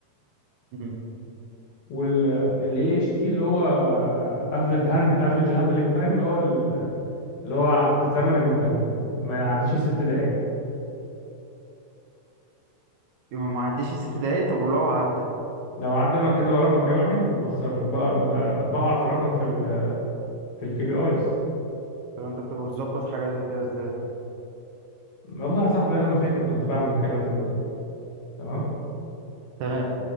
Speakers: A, on the right (about 70°); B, on the left (about 55°).
A: مم.
B: وال اي اتش تي اللي هو افريج هاند افريج هاندلنج تايم اللي هو ال- اللي هو زمن المكالمه ما يعديش الست دقائق
A: يبقى ما عديش الست دقايق طب ولو عدى
B: لو عدى انا كده ورقم بيقع مني بخسر بقع بقع في الرقم في ال في الكي بي ايز
A: طب انت بتبقى بتظبط حاجه زي كده ازاي
B: والله يا صاحبي انا ما فاكر كنت بعمل الكلام ده ازاي تمام
A: تمام